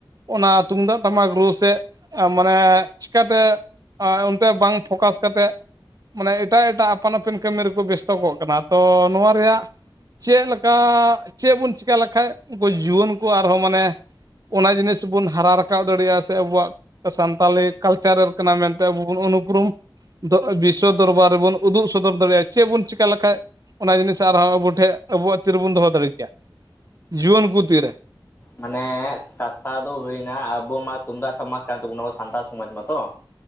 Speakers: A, on the right; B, on the left.
A: ᱚᱱᱟ ᱛᱩᱢᱫᱟᱜ ᱴᱟᱢᱟᱠ ᱨᱩ ᱥᱮᱫ ᱢᱟᱱᱮ ᱪᱤᱠᱟᱹᱛᱮ ᱟᱨ ᱚᱱᱛᱮ ᱵᱟᱝ ᱯᱷᱳᱠᱟᱥ ᱠᱟᱛᱮᱫ ᱢᱟᱱᱮ ᱮᱴᱟᱜ ᱮᱴᱟᱜ ᱟᱯᱟᱱ ᱟᱹᱯᱤᱱ ᱠᱟᱹᱢᱤ ᱨᱮᱠᱚ ᱵᱮᱥᱛᱚ ᱠᱚᱜ ᱠᱟᱱᱟ ᱛᱚ ᱱᱚᱣᱟ ᱨᱮᱭᱟᱜ ᱪᱮᱫ ᱞᱮᱠᱟ ᱪᱮᱫ ᱵᱚᱱ ᱪᱮᱠᱟ ᱞᱮᱠᱷᱟᱡ ᱩᱱᱠᱩ ᱡᱩᱣᱟᱹᱱ ᱠᱚ ᱟᱨᱦᱚᱸ ᱢᱟᱱᱮ ᱚᱱᱟ ᱡᱤᱱᱤᱥ ᱵᱚᱱ ᱦᱟᱨᱟ ᱨᱟᱠᱟᱵ ᱫᱟᱲᱮᱭᱟᱜᱼᱟ ᱾ ᱥᱮ ᱟᱵᱚᱣᱟᱜ ᱥᱟᱱᱛᱟᱞᱤ ᱠᱟᱞᱪᱟᱨᱟᱞ ᱠᱟᱱᱟ ᱢᱮᱱᱛᱮ ᱟᱵᱚ ᱵᱚᱱ ᱩᱱᱩᱯᱨᱩᱢ ᱫᱚ ᱵᱤᱥᱥᱚ ᱫᱚᱨᱵᱟᱨ ᱨᱮᱵᱚᱱ ᱩᱫᱩᱜ ᱥᱚᱫᱚᱨ ᱫᱟᱲᱮᱭᱟᱜᱼᱟ ᱪᱮᱫ ᱵᱚᱱ ᱪᱤᱠᱟ ᱞᱮᱠᱷᱟᱡ ᱚᱱᱟ ᱡᱤᱱᱤᱥ ᱟᱨᱦᱚᱸ ᱟᱵᱚ ᱴᱷᱮᱜ ᱟᱵᱚᱣᱟᱜ ᱛᱤᱨᱮᱵᱚᱱ ᱫᱚᱦᱚ ᱫᱟᱲᱮ ᱠᱮᱭᱟ ᱡᱩᱣᱟᱹᱱ ᱠᱚ ᱛᱤᱨᱮ
B: ᱢᱟᱱᱮ ᱠᱟᱛᱷᱟ ᱫᱚ ᱦᱩᱭᱱᱟ ᱟᱵᱚ ᱢᱟ ᱛᱩᱢᱫᱟᱜ ᱴᱟᱢᱟᱠ ᱠᱟᱱ ᱛᱟᱵᱚᱱᱟ ᱟᱵᱚ ᱥᱟᱱᱛᱟᱲ ᱥᱚᱢᱟᱡᱽ ᱢᱟᱛᱚ <inaudible>